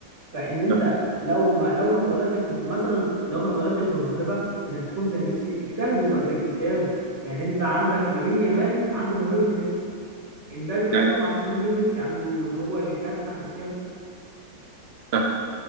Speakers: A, on the right; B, on the right.
A: فان انت
B: صح
A: لو ما لو ما اتولدتش ب- مثلا لو ما اتولدتش بموهبه انك تكون زي ميسي اجتهد وابقى زي كريستيانو يعني انت عندك لامين يامال عنده موهبه ميسي امبابي مثلا
B: يعني
A: ما عندوش موهبه ميسي عنده ان هو الاجتهاد بتاع كريستيانو
B: صح